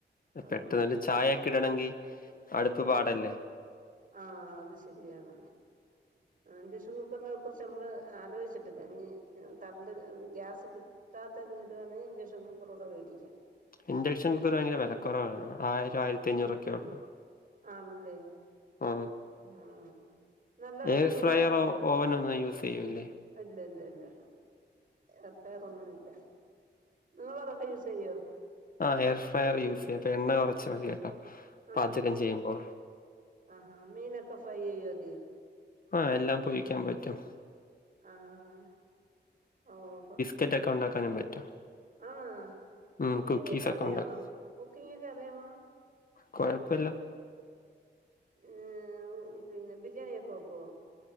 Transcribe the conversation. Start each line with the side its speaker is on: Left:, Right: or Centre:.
Right: അതുകൊണ്ടാ
Left: പെട്ടെന്ന് ഒരു ചായൊക്കെ ഇടണമെങ്കി അടുപ്പ് പാടല്ലേ
Right: ആഹ് അത് ശരിയാണ് ആഹ് ഇൻഡക്ഷൻ കുക്കറിനെ കുറിച്ച് നമ്മള് ആലോചിച്ചിട്ടില്ല ഇനി കറണ്ട് ഗ്യാസ് താത്ത അത് വിടണേ ഇൻഡക്ഷൻ കുക്കറ് കൂടെ മേടിക്കാം
Left: ഇൻഡക്ഷൻ കുക്കർ ഭയങ്കര വിലക്കുറവാണ് ആയിരം ആയിരത്തി അഞ്ഞൂറൊക്കെ ഉള്ളൂ
Right: ആണല്ലേ
Left: ഉം
Right: ആഹ് നല്ല കമ്പനിയുടെ
Left: എ ഫ്രയറോ ഓവനോ ഒന്നും യൂസ് ചെയ്യൂല്ലേ
Right: ഇല്ല ഇല്ല ഇല്ല എർഫെയർ ഒന്നും ഇല്ല നിങ്ങള് അതൊക്കെ യൂസ് ചെയ്യോ
Left: ആഹ് എർ ഫ്രയർ യൂസ് ചെയ അപ്പൊ എണ്ണ കുറച്ച് മതി കേട്ടോ
Right: ആണോ
Left: പാചകം ചെയ്യുമ്പോൾ
Right: ആഹാ മീനൊക്കെ ഫ്രൈ ചെയ്യോ അതിൽ
Left: ആ എല്ലാം പൊരിക്കാൻ പറ്റും
Right: ആഹ് ഓ ഹോ
Left: കെറ്റ് ഒക്കെ ഉണ്ടാക്കൻ പറ്റും
Right: ആണോ
Left: ഉം
Right: കുക്കിംഗ്
Left: കുക്കീസ്
Right: ഒക്കെ അറിയാമോ
Left: ഉണ്ടാക്കും
Right: കുക്കിംഗ് ഒക്കെ അറിയാമോ
Left: കുഴപ്പമില്ല
Right: ഉം പിന്നെ ബിരിയാണി ഒക്കെ വെക്കുവോ